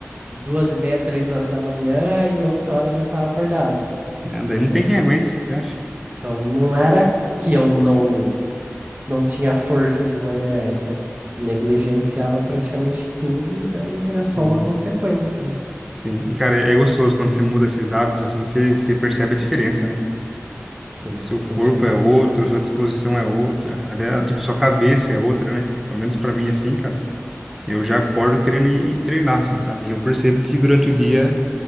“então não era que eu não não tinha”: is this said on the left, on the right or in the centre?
Right